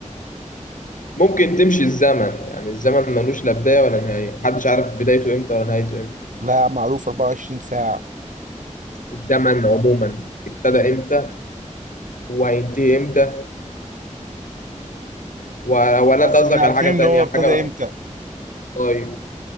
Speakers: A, on the left (about 85°); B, on the right (about 80°).
A: ممكن تمشي الزمن يعني الزمن ملوش لا بداية ولا نهاية محدش عارف بدايته امتى ولا نهايته امتى
B: لا معروف 24 ساعه
A: الزمن عموما ابتدى
B: مم.
A: امتى وهينتهي امتى و... ولا
B: بس
A: انت قصدك
B: احنا عارفين
A: على حاجة تانية
B: ان هو ابتدى
A: حاجة
B: امتى
A: طيب